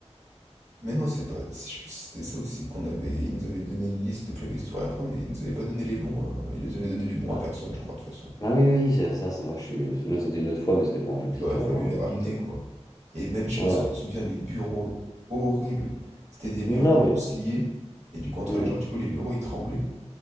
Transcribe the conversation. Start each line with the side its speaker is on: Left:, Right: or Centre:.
Right: Mais non, c'est pas. Si je puis c'était ça aussi qu'on avait. Ils nous avaient donné une liste de claviers souris à prendre, mais ils nous avaient pas donné les bons. hein. Ils les avaient donné les bons
Left: quoi.
Right: à personne, je crois, de toute façon.
Left: Ah oui, oui, c'est ça, ça, je suis l'autre, c'était une autre fois, mais c'était pour un plus
Right: Il
Left: petit
Right: aurait
Left: tour,
Right: fallu
Left: un
Right: les
Left: plus
Right: ramener,
Left: petit truc.
Right: quoi. Et même, je sais
Left: Ouais.
Right: pas si tu te souviens, les bureaux horribles. C'était des bureaux
Left: Non,
Right: tous
Left: mais.
Right: liés. Et du coup, entre
Left: hmm.
Right: les gens, du coup, les bureaux, ils tremblaient.